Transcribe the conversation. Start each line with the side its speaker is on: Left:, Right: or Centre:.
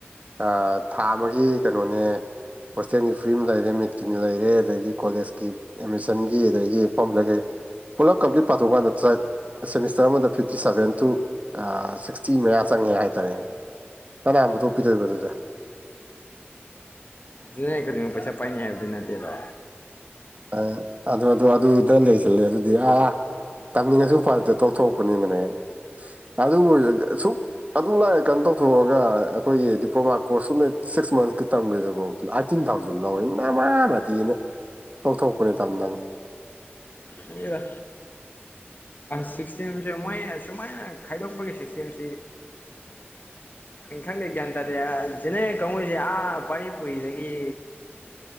Right: ꯊꯥ ꯑꯃꯒꯤ ꯀꯩꯅꯣꯅꯦ ꯍꯣꯁꯇꯦꯜꯒꯤ ꯐ꯭ꯔꯤ ꯑꯃ ꯂꯩꯔꯦ ꯃꯦꯠꯀꯤꯅ ꯂꯩꯔꯦ ꯑꯗꯒꯤ ꯀꯣꯂꯦꯖꯀꯤ ꯑꯦꯠꯃꯤꯁꯟꯒꯤ ꯑꯗꯒꯤ ꯂꯩꯒꯩ ꯄꯨꯂ ꯀꯝ꯭ꯂꯂꯤꯠ ꯄꯥꯊꯣꯛꯀ ꯅꯥꯏ ꯁꯦꯃꯤꯁꯇꯔ ꯑꯃꯗ ꯐꯤꯞꯇꯤ ꯁꯚꯦꯟ ꯇꯨ ꯁꯤꯛꯁꯇꯤ ꯃꯌꯥ ꯆꯪꯉꯦ ꯍꯥꯏꯇꯥꯔꯦꯅꯦ ꯀꯅꯥꯕꯨ ꯊꯣꯛꯄꯤꯗꯣꯏꯕꯗꯨꯗ
Left: ꯈꯨꯗ ꯄꯩꯁꯥ ꯄꯥꯏ ꯍꯥꯏꯕꯗ ꯅꯠꯇꯇꯩꯗ
Right: ꯑ ꯑꯗꯨ ꯑꯗꯨꯗ ꯂꯩꯁꯜꯂꯦ ꯑꯗꯨꯗꯤ ꯑ ꯇꯝꯅꯤꯡꯉꯁꯨ ꯎꯄꯥꯗꯨꯗ ꯇꯧꯊꯣꯛꯄꯅꯤꯗꯅꯦ ꯑꯗꯨꯕꯨ ꯁꯛ ꯑꯗꯨꯝ ꯂꯥꯛꯑꯦ ꯀꯩꯅ ꯇꯧꯊꯣꯛꯑꯒ ꯑꯩꯈꯣꯏꯒꯤ ꯗꯤꯄ꯭ꯂꯣꯃꯥ ꯀꯣꯔꯁ ꯁ ꯁꯤꯛꯁ ꯃꯟꯁꯀꯤ ꯇꯝꯒꯗꯨ ꯑꯥꯏꯠꯇꯤꯟ ꯊꯥꯎꯖꯟ ꯂꯧꯋꯦ ꯅꯃꯥ ꯃꯗꯤꯤꯅ ꯇꯧ ꯊꯧ ꯈꯨ ꯇꯝ ꯅꯝ
Left: ꯈꯪꯗꯦꯗ ꯁꯤꯁꯇꯦꯝꯁꯦ ꯃꯣꯏ ꯁꯨꯃꯥꯏꯅ ꯈꯥꯏꯗꯣꯛꯄꯒꯤ ꯁꯤꯁꯇꯦꯝꯁꯤ
Right: <inaudible>
Left: ꯑꯩ ꯈꯪꯗꯦ ꯒ꯭ꯌꯥꯟ ꯇꯥꯗꯦ ꯁꯤꯅꯦ ꯀꯉꯣꯏꯁꯦ ꯑꯥ ꯄꯥꯔꯤ ꯄꯨꯔꯤꯗꯒꯤ